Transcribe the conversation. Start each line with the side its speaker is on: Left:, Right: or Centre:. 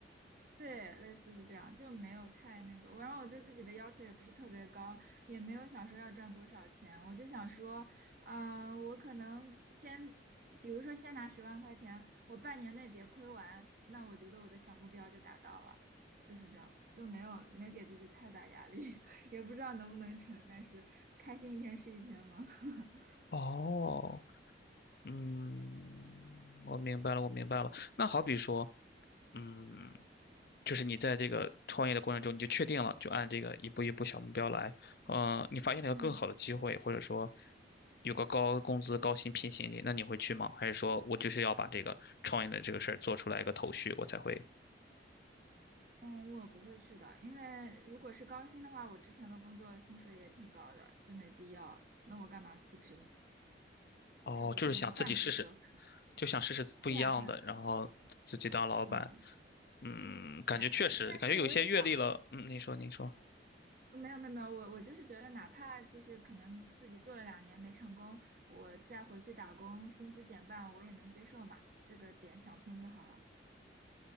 Right: 对，类似是这样，就没有太那个。然后我对自己的要求也不是特别高，也没有想说要赚多少钱，我就想说，啊、我可能先，比如说先拿十万块钱，我半年内别亏完，那我觉得我的小目标就达到了，就是这样，就没有没给自己太大压力，<laughs> 也不知道能不能成，但是开心一天是一天嘛。<laughs>
Left: 哦，嗯，我明白了，我明白了。那好比说，嗯，就是你在这个创业的过程中，你就确定了，就按这个一步一步小目标来。嗯，你发现了一个更好的机会，
Right: 嗯。
Left: 或者说有个高工资、高薪聘请你，那你会去吗？还是说我就是要把这个创业的这个事儿做出来一个头绪，我才会？
Right: 嗯，我不会去的，因为如果是高薪的话，我之前的工作薪水也挺高的，就没必要。那我干嘛辞职呢？
Left: 哦，
Right: 这不是等于半途折返？
Left: 就是想自己试试，就想试试不一样的，
Right: 对啊，对啊，
Left: 然后自己当老板。
Right: 嗯，
Left: 嗯，感觉确实，
Right: 对。但是我也想，
Left: 感觉有一些阅历了。嗯，您说，您说。
Right: 没有没有没有，我我就是觉得，哪怕就是可能自己做了两年没成功，我再回去打工，薪资减半，我也能接受嘛。这个点想通就好了。